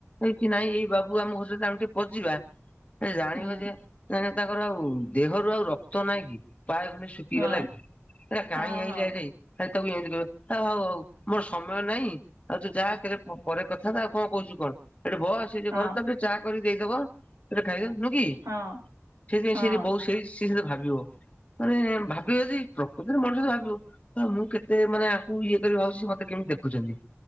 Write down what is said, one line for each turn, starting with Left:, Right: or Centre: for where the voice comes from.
Left: ଏ କି ନାଇଁ ଏଇ ବାବୁ ଆମ ଘର ସହିତ ଆମେ ଟିକେ ପଜିବା ଏଁ ଜାଣିବ
Right: ହୁଁ
Left: ଯେ ଆରେ ତାଙ୍କର ଆଉ ଦେହରୁ ଆଉ ରକ୍ତ ନାହିଁ କି? ପାଏ ଖଣ୍ଡେ ଶୁକିଗଲା
Right: ହଁ
Left: କି ଏରା କାହିଁ
Right: ହଁ
Left: ଆଇଲା ଏଟେଇ ଖାଲି ତାକୁ ଏନ୍ତି କହିବେ ଆ ହଉ ହଉ ମୋର ସମୟ ନାହିଁ ଆଉ ତୁ ଯା କେରେ ପରେ କଥାବାର୍ତ୍ତା ଆଉ କଣ କୋହୁଚୁ କଣ ଏଠି ବ ସେଇ ଯେ
Right: ହଁ
Left: ଘରେ ତା ପାଇଁ ଚା କରି ଦେଇଦବ ଏଟେ ଖାଇଦ ନୁ କି
Right: ହଁ
Left: ସେଇଥିପାଇଁ
Right: ହଁ।
Left: ସିଏ ଯେ ବହୁ ସେଇ ସିଏ ସେତେ ଭାବିବ ମାନେ ଭାବିବ ଯେ ପ୍ରକୃତରେ ମଣିଷ ତ ଭାବିବ ତ ମୁଁ କେତେ ମାନେ ଆଙ୍କୁ ଇଏ କରି ଭାବୁଚି ସିଏ ମତେ କେମିତି ଦେଖୁଚନ୍ତି।